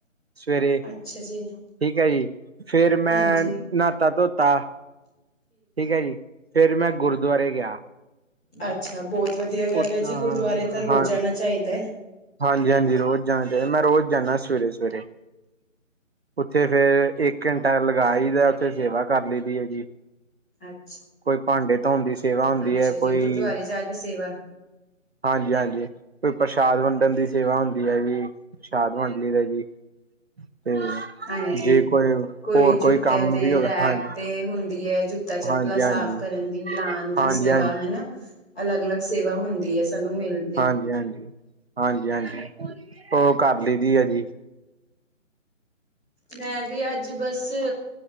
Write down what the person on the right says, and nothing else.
ਸਵੇਰੇ
ਠੀਕ ਐ ਜੀ ਫੇਰ ਮੈਂ
ਨਹਾਤਾ ਧੋਤਾ ਠੀਕ ਐ ਜੀ ਫੇਰ ਮੈਂ ਗੁਰਦੁਆਰੇ ਗਿਆ।
ਉਹ
ਹਾਂ
ਹਾਂਜੀ-ਹਾਂਜੀ, ਰੋਜ਼ ਜਾਣਾ ਚਾਹੀਦਾ। ਮੈਂ ਰੋਜ਼ ਜਾਂਦਾ ਸਵੇਰੇ-ਸਵੇਰੇ। ਉੱਥੇ ਫੇਰ ਇੱਕ ਘੰਟਾ ਲਗਾ ਆਈ ਦਾ, ਉੱਥੇ ਸੇਵਾ ਕਰ ਲਈ ਦੀ ਏ ਜੀ
ਕੋਈ ਭਾਂਡੇ ਧੋਂਦੀ ਸੇ ਸੇਵਾ ਹੁੰਦੀ
ਹੈ
ਕੋਈ,
ਹਾਂਜੀ-ਹਾਂਜੀ, ਕੋਈ ਪ੍ਰਸ਼ਾਦ ਬ ਡਨ ਦੀ ਸੇਵਾ ਹੁੰਦੀ ਹੈ ਜੀ ਸ਼ਾਦ ਦਾ ਜੀ ਤੇ
ਜੇ ਕੋਈ
ਹੋਰ
ਕੰਮ
ਵੀ ਹੋਵੇ
ਹਾਂਜੀ
ਹਾਂਜੀ ਹਾਂਜੀ
ਹਾਂਜੀ
ਹਾਂਜੀ-ਹਾਂਜੀ, ਹਾਂਜੀ-ਹਾਂਜੀ, ਉਹ ਕਰ ਲਈ ਦੀ ਆ ਜੀ।